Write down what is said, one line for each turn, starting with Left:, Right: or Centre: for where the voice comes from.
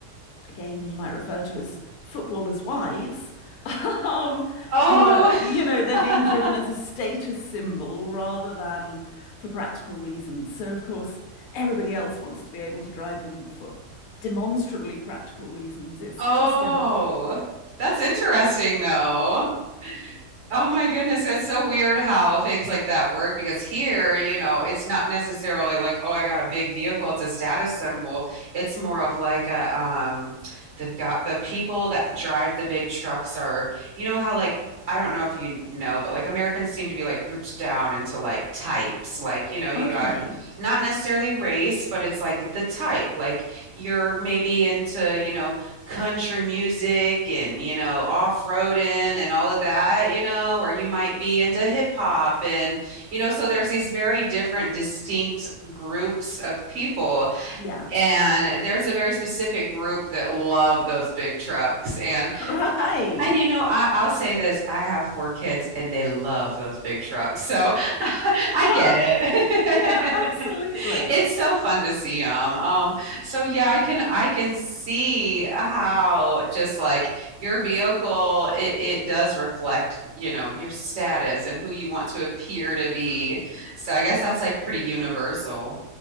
Left: again, you might refer to as footballers' wives, <laughs> um,
Right: Oh,
Left: who are, you know, they're
Right: <laughs>
Left: being driven as a status symbol rather than for practical reasons. So, of course, everybody else wants to be able to drive them for demonstrably practical reasons. It's
Right: oh,
Left: just a,
Right: that's interesting, though. Oh my goodness, that's so weird how things like that work because here, you know, it's not necessarily like, oh, I got a big vehicle, it's a status symbol. It's more of like a um the got the people that drive the big trucks are, you know how like I don't know if you know, but like Americans seem to be like grouped down into like types. Like, you know, you
Left: okay,
Right: got not necessarily race, but it's like the type. Like you're maybe into, you know, country music and you know off-roading
Left: um,
Right: and all of that you know or you might be into hip hop
Left: yeah,
Right: and you know so there's these very different distinct groups of people
Left: yeah,
Right: and there's a very specific group that love those big trucks and
Left: <laughs> right.
Right: yeah, and you know I, I'll say this I have four kids and they love those big trucks so
Left: <laughs>
Right: <laughs> I get it
Left: Yeah, absolutely.
Right: <laughs> It's so fun to see them. Um, so yeah, I can I can see how just like your vehicle, it it does reflect, you know, your status and who you want to appear to be.
Left: Right.
Right: So I guess that's like pretty universal.